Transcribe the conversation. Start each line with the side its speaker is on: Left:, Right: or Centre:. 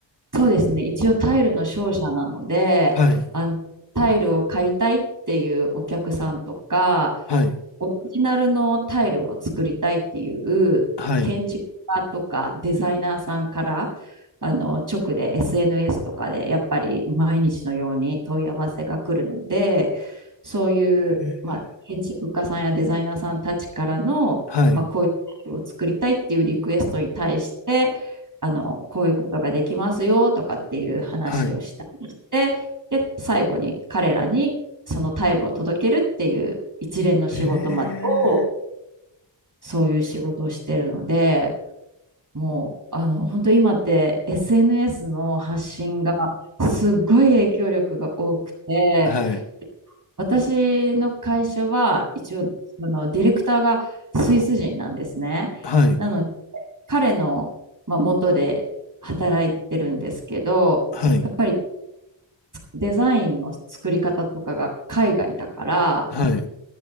Right: そうですね一応タイルの商社なのであのタイルを買いたいっていうお客さんとか
Left: はい。はい。
Right: オリジナルのタイルを作りたいっていう建築家とかデザイナーさんからあの直で
Left: はい。
Right: SNS とかでやっぱり毎日のように問い合わせが来るのでそういう、
Left: へ
Right: まあ、建築家さんやデザイナーさんたちからの、
Left: ーはい。
Right: まあ、こういうタイルを作りたいっていうリクエストに対してあのこういうことができますよとかっていう話をしたりしてで最後に彼らにそのタイルを届けるっていう一連の仕事までを
Left: はい。へえ。
Right: そういう仕事をしてるのでもうあの本当今って SNS の発信がすごい影響力が多くて
Left: はい。
Right: 私の会社は一応そのディレクターがスイス人なんですね。
Left: はい。
Right: なので彼の、まあ、元で働いてるんですけどやっぱり
Left: はい。
Right: デザインの作り方とかが海外だから
Left: はい。